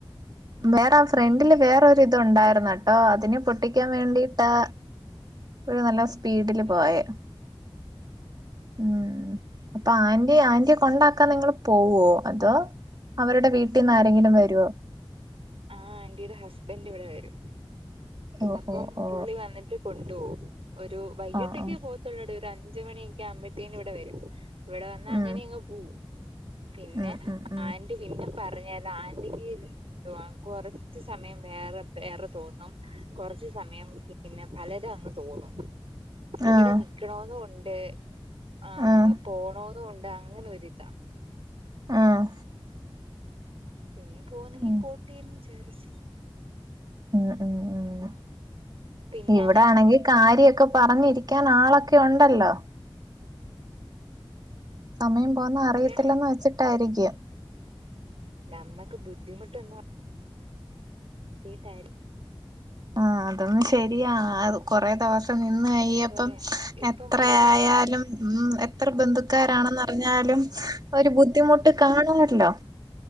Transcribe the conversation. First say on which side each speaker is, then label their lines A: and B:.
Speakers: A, on the right; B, on the right.
A: വേറെ ആ ഫ്രണ്ടില്
B: ഉം
A: വേറൊരിതു ണ്ടായിരുന്നട്ടോ അതിനെ പൊട്ടിക്കാൻ വേണ്ടിട്ടാ പുള്ളി നല്ല സ്പീഡില്
B: ഉം
A: പോയെ
B: ഉം
A: ഉം അപ്പൊ ആന്റി ആന്റിയെ കൊണ്ടാക്കാൻ നിങ്ങള് പോവ്വോ അതോ? അവരുടെ വീട്ടിന്നാരെങ്കിലും വരോ?
B: ആ ആന്റീടെ ഹസ്ബൻഡ് ഇവിടെ വരും.
A: ഓ
B: അപ്പം
A: ഓ ഓ
B: പുള്ളി വന്നിട്ട് കൊണ്ടുപോവും. ഒരു വൈകീട്ടേക്ക്
A: ആ ആ
B: പോവത്തോള്ളൂഡീ. ഒരു അഞ്ച് മണിയൊക്കെ ആവുമ്പത്തേനിവിടെ വരും ഇവിടെ വന്നാ
A: ഉം
B: അങ്ങനെയങ്ങ് പോവും. പിന്നെ
A: ഉം ഉം ഉം
B: ആൻ പിന്നെ പറഞ്ഞാലാന്റിക്ക് എന്തുവാ കൊറച്ച് സമയം വേറെ വേറെ തോന്നും, കൊറച്ച് സമയം - പിന്നെ പലതും അങ്ങ് തോന്നും. ഇവിടെ
A: ആഹ്
B: നിക്കണോന്നു ഉണ്ടേ ആഹ്‌
A: ആഹ്
B: പോണോനു ഉണ്ട് അങ്ങനെ ഒരിതാ
A: ആഹ്‌
B: പിന്നെ പോന്നെങ്കി
A: ഉം
B: പോട്ടേന്ന് വിചാരിച്ച്.
A: ഉം ഉം ഉം
B: പിന്നെ
A: ഇവിടാണെങ്കി
B: അങ്ങനെ
A: കാര്യൊക്കെ പറഞ്ഞിരിക്കാൻ ആളൊക്കെ ഉണ്ടല്ലോ? സമയം പോകുന്ന അറിയത്തില്ലന്ന്
B: പിന്നെ
A: വെച്ചിട്ടായിരിക്കും.
B: നമ്മക്ക് ബുദ്ധിമുട്ടൊന്നും <unintelligible>
A: ആഹ്‌ അതൊന്ന് ശരിയാ കൊറെ ദെവസം നിന്ന് കയ്യപ്പം
B: കൊറെ ഇപ്പം
A: എത്രയായാലും
B: മൂന്ന്
A: ഉം എത്ര ബന്ധുക്കാരാണന്ന പറഞ്ഞാലും ഒരു ബുദ്ധിമുട്ട് കാണുവല്ലോ?